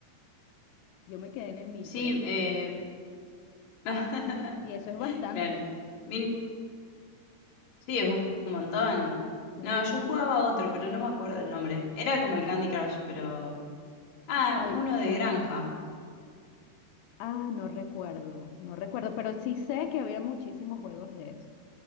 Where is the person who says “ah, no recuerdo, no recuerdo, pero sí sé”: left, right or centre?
Left